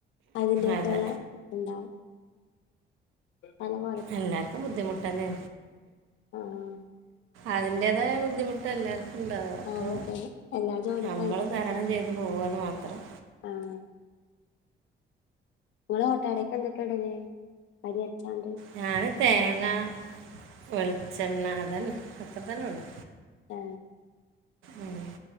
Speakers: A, on the left; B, on the right.
A: അതിന്റെട്ടുള്ള
B: അതെ
A: ഉണ്ടാവും അല പോ
B: എല്ലാർക്കും ബുദ്ധിമുട്ടന്നെ
A: ആഹ്
B: അതിന്റേതായ ബുദ്ധിമുട്ടല്ല ഉണ്ടാവും അപ്പോൾ
A: ആ അതെ എല്ലാ ജോലിക്കും
B: നമ്മൾ തരണം ചെയ്തു പോവുകന്ന് മാത്രം
A: ആഹ് നിങ്ങള് ഓട്ടടൊക്കെ എന്തൊക്കെയ ഇടല് അരി അരച്ചാണ്ട്
B: ഞാന് തേങ്ങ വെളിച്ചെണ്ണ അതന്നെ അത്ര തന്നെ ഉള്ളു
A: ആ
B: ഉം